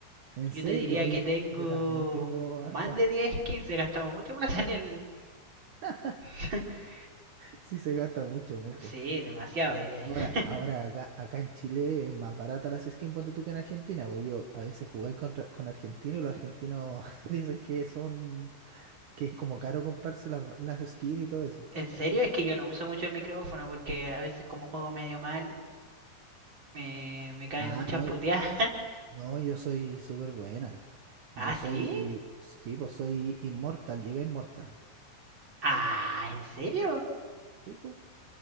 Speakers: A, on the right; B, on the right.
A: ¿En
B: yo
A: serio?
B: te diría
A: Yo, oye,
B: que tengo
A: yo también tengo
B: más
A: harta.
B: de 10 skins. He gastado mucha plata en el...
A: <laughs>
B: <laughs>
A: Sí, se gasta mucho, mucho.
B: sí, demasiado diría.
A: Ahora,
B: <laughs>
A: ahora acá, acá en Chile es más barata las skins, ponte tú que en Argentina, porque yo a veces jugué contra, con argentinos y los argentinos <laughs> dicen que son, que es como caro comprarse las, las skins y todo eso.
B: en serio, es que yo no uso mucho el micrófono porque a veces como juego medio mal, me, me caen
A: Ah,
B: muchas
A: no,
B: puteadas.
A: y-
B: <laughs>
A: no, yo soy súper buena.
B: ¿Ah,
A: Yo soy,
B: sí?
A: sí, pues soy inmortal, llegué a inmortal.
B: Ah, ¿en serio?
A: Sí, pues.